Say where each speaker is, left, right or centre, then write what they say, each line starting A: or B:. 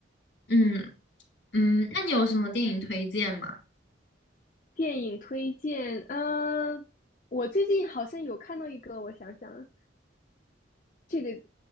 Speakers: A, on the left (about 60°); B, on the left (about 40°).
A: 嗯嗯，那你有什么电影推荐吗？
B: 电影推荐，嗯、我最近好像有看到一个，我想想，这个